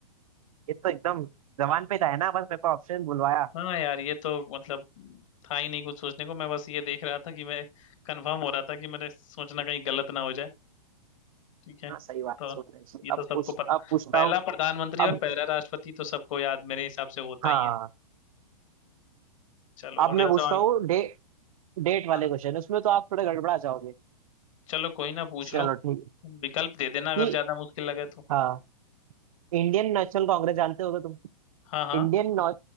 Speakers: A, on the right; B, on the left.
A: ये तो एकदम जबान पे था है ना बस मेरे को ऑप्शन बुलवाया
B: हाँ यार ये तो मतलब था ही नहीं कुछ सोचने को मैं बस ये देख रहा था कि मैं कंफर्म हो रहा था कि मेरे सोचना कहीं गलत ना हो जाए ठीक है
A: हाँ सही बात
B: तो
A: सोच रहे हैं।
B: ये
A: अब
B: तो सबको
A: पूछ
B: पता
A: अब पूछता
B: पहला
A: हूँ
B: प्रधानमंत्री
A: अब
B: और पहला राष्ट्रपति तो सबको याद मेरे हिसाब से होता
A: हाँ
B: ही है चलो
A: अब
B: अगला
A: मैं पूछता
B: सवाल
A: हूँ डे डेट वाले
B: हाँ हाँ।
A: क्वेश्चन उसमें तो आप थोड़े गड़बड़ा जाओगे
B: चलो कोई ना पूछ
A: चलो
B: लो
A: ठीक है
B: विकल्प दे देना
A: कि
B: अगर ज्यादा मुश्किल लगे तो
A: हाँ इंडियन नेशनल कांग्रेस जानते होगे तुम
B: हाँ हाँ
A: इंडियन नौ-